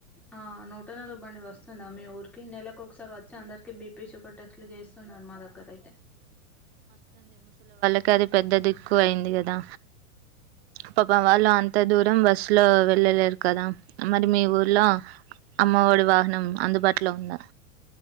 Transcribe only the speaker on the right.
ఇంకా అది పెద్దదిక్కు అయింది కదా పాపం వాళ్ళు అంత దూరం బస్సు లో వెళ్ళలేరు కదా మరి మీ ఊర్లో అమ్మఒడి వాహనం అందుబాటులో ఉందా